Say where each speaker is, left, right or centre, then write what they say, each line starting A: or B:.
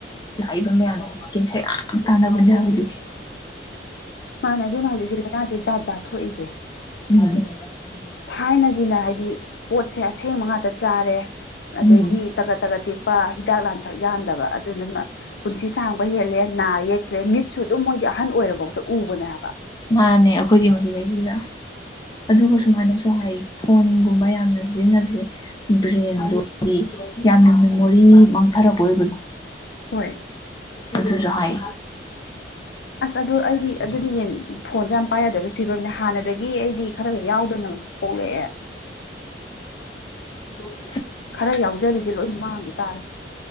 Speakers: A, on the left; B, on the left.
A: ꯂꯥꯛꯏꯕ ꯃꯌꯥꯝꯁꯦ ꯀꯦꯟꯁꯔ ꯌꯥꯝ ꯇꯥꯟꯅꯕ ꯃꯟꯅ ꯍꯧꯖꯤꯁꯤ
B: ꯃꯥꯅꯦ ꯑꯗꯨꯅ ꯍꯧꯖꯤꯛꯁꯦ ꯂꯥꯏꯅꯥꯁꯦ ꯖꯥꯠ ꯥꯠ ꯊꯣꯛꯏꯁꯦ
A: <inaudible>
B: ꯊꯥꯏꯅꯒꯤꯅ ꯍꯥꯏꯕꯗꯤ ꯄꯣꯠꯁꯦ ꯑꯁꯦꯡꯕ ꯉꯥꯛꯇ ꯆꯥꯔꯦ ꯑꯗꯒꯤ
A: ꯎꯝ
B: ꯇꯒꯠ ꯇꯒꯠ ꯇꯦꯛ ꯄꯥ ꯍꯤꯗꯥꯛ ꯂꯥꯡꯊꯛ ꯌꯥꯟꯗꯕ ꯑꯗꯨꯗꯨꯅ ꯄꯨꯟꯁꯤ ꯁꯥꯡꯕ ꯍꯦꯜꯂꯦ ꯅꯥ ꯌꯦꯛꯇ꯭ꯔꯦ ꯃꯤꯠꯁꯨ ꯑꯗꯨꯝ ꯃꯣꯏꯗꯤ ꯑꯍꯟ ꯑꯣꯏꯔꯔꯕꯐꯥꯎꯗ ꯎꯕꯅꯦꯕ
A: ꯅꯥꯟꯅꯦ ꯑꯩꯈꯣꯏꯗꯤ ꯃꯁꯤꯗꯁꯤꯗ ꯑꯗꯨꯒ ꯁꯨꯃꯥꯏꯅꯁꯨ ꯍꯥꯏ ꯐꯣꯟꯒꯨꯝꯕ ꯌꯥꯝꯅ ꯁꯤꯖꯤꯟꯅꯕꯁꯦ ꯕ꯭ꯔꯦꯟꯗꯣ ꯌꯥꯝꯅ ꯃꯦꯃꯣꯔꯤ ꯃꯥꯡꯊꯔꯕ ꯑꯣꯏꯕꯗꯣ
B: ꯍꯣꯏ
A: ꯃ ꯥꯏ
B: ꯑꯁ ꯑꯗꯨ ꯑꯩꯗꯤ ꯑꯗꯨꯗꯤ ꯌꯦꯟ ꯐꯣꯟꯁꯦ ꯌꯥꯝ ꯄꯥꯏ ꯌꯥꯗꯕꯦ ꯐꯤꯕꯝꯅꯦ ꯍꯥꯟꯅꯗꯒꯤ ꯑꯩꯗꯤ ꯈꯔ ꯈ ꯌꯥꯎꯗꯅ ꯄꯣꯛꯂꯛꯑꯦ
A: ꯍ
B: ꯈꯔ ꯌꯥꯎꯖꯔꯤꯁꯦ ꯂꯣꯏ ꯃꯥꯡꯈꯤ ꯇꯥꯔꯦ